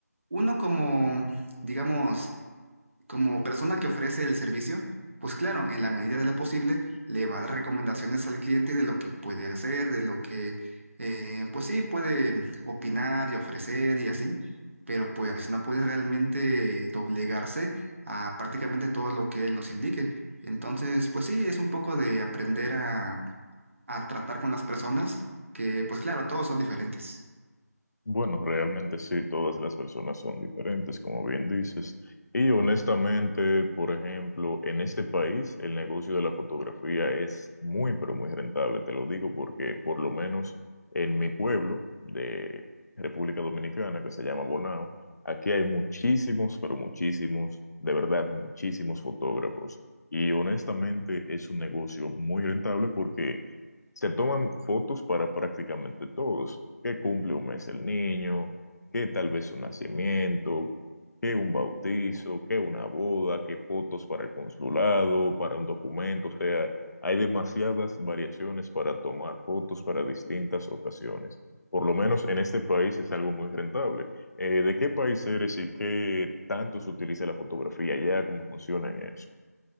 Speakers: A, on the right (about 45°); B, on the left (about 75°).
A: Uno como, digamos, como persona que ofrece el servicio, pues claro, en la medida de lo posible le va a dar recomendaciones al cliente de lo que puede hacer, de lo que, eh, pues sí, puede opinar y ofrecer y así, pero pues no puede realmente doblegarse a prácticamente todo lo que él nos indique. Entonces, pues sí, es un poco de aprender a, a tratar con las personas que, pues claro, todos son diferentes.
B: Bueno, realmente sí, todas las personas son diferentes, como bien dices. Y honestamente, por ejemplo, en este país el negocio de la fotografía es muy, pero muy rentable. Te lo digo porque por lo menos en mi pueblo de República Dominicana, que se llama Bonao, aquí hay muchísimos, pero muchísimos, de verdad, muchísimos fotógrafos. Y honestamente es un negocio muy rentable porque se toman fotos para prácticamente todos, que cumple un mes el niño, que tal vez un nacimiento, que un bautizo, que una boda, que fotos para el consulado, para un documento, o sea, hay demasiadas variaciones para tomar fotos para distintas ocasiones. Por lo menos en este país es algo muy rentable. Eh, ¿de qué país eres y qué tanto se utiliza la fotografía allá? ¿Cómo funciona en eso?